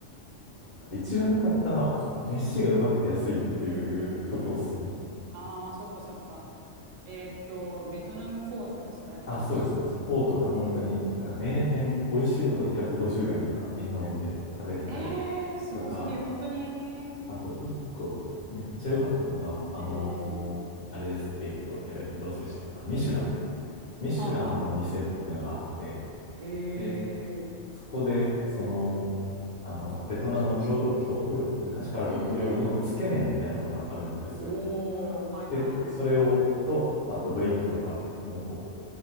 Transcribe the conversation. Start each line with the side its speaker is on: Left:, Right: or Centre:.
Left: 一番良かったのは、飯がうまくて安いっていうとこっすね。
Right: うんうんうん。ああ、そっかそっか。えーっと、ベトナムフォーとかですか、やっぱ。
Left: あ、そうです。フォーとか本当に、
Right: うん。
Left: なんか名店、美味しいとこで150円とか、日本円で食べれたり
Right: えー、すごすぎ、
Left: とか、
Right: 本当に。
Left: あと一個、めっちゃ良かったのが、あのーあれです。
Right: うんうん。
Left: えっと、やべ、ど忘れした。あ、ミシュラン。ミシュランの店ってのがあって、
Right: はあはあ。へ
Left: で、
Right: え。
Left: そこで、その、あの、ベトナムの郷土、郷土料理、昔からある料理のつけ麺みたいなのがあるんですよ。
Right: うんうん。おー、はいはい。
Left: で、それを、と、あとドリンクとか、もうこう